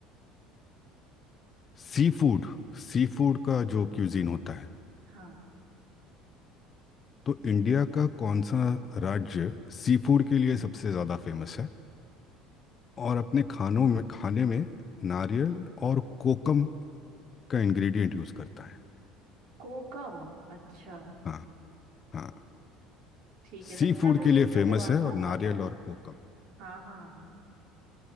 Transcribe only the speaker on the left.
सी फूड सी फूड का जो क्यूजीन होता है
तो इंडिया का कौन सा राज्य सी फूड के लिए सबसे ज़्यादा फेमस है और अपने खानों में खाने में नारियल और कोकम का इंग्रेडिएंट यूज करता है
हाँ हाँ
सी
फूड
के लिए
फेमस
है
और
नारियल
और कोकम